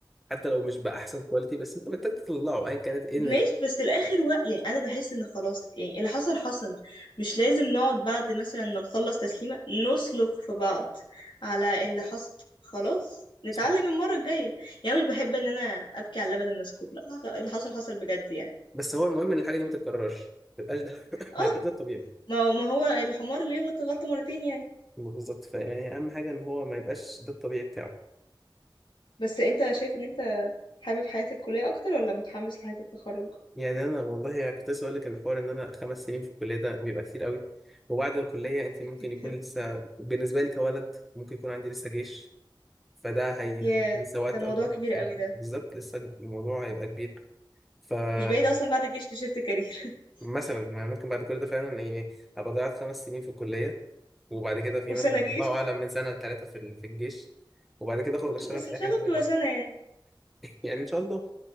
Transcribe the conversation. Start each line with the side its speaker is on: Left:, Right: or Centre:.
Centre: حتى لو مش بأحسن كواليتي بس انت محتاج تطلعه ايا كانت ايه
Left: ماشي
Centre: النتيجه
Left: بس الاخر وق... يعني انا بحس ان خلاص يعني اللي حصل حصل مش لازم نقعد بعد مثلا ما نخلص تسليمة نسلق في بعض على اللي حصل خلاص نتعلم
Centre: صح
Left: المرة الجاية يعني مش بحب ان انا ابكي على اللبن المسكوب لا اللي حصل حصل بجد يعني
Centre: بس هو المهم ان الحاجه دي ما تتكررش ما تبقاش ده <laughs>
Left: اه
Centre: ما يبقاش ده الطبيعي
Left: ما هو ما هو الحمار اللي يغلط غلطة مرتين يعني
Centre: بالظبط فيعني اهم حاجه ان هو ما يبقاش ده الطبيعي بتاعه
Left: بس انت شايف ان انت حابب حياة الكلية اكتر ولا متحمس لحياة التخرج
Centre: يعني انا والله يعني كنت لسه اقول لك ان حوار ان انا خمس سنين في الكليه ده بيبقى كتير قوي وبعد الكليه انت
Left: كتير
Centre: ممكن
Left: جدا
Centre: يكون لسه بالنسبه لي كولد ممكن يكون عندي لسه جيش فده هي
Left: ياه
Centre: هي- لسه وقت
Left: ده موضوع
Centre: اكبر
Left: كبير قوي
Centre: يعني
Left: ده
Centre: بالظبط لسه الموضوع هيبقى كبير فمثلا
Left: مش بعيد اصلا بعد الجيش تشفت كارير <laughs>
Centre: ما ممكن بعد كل ده فعلا يعني ابقى ضيعت خمس سنين في الكليه وبعد كده في
Left: وسنة
Centre: مثلا
Left: جيش
Centre: الله اعلم من سنه لثلاثه في ال- في الجيش وبعد كده اخرج اشتغل
Left: بس
Centre: في
Left: ان
Centre: اي
Left: شاء
Centre: حاجه
Left: الله
Centre: تانيه
Left: بتبقى
Centre: خالص
Left: سنة يعني
Centre: يعني ان شاء الله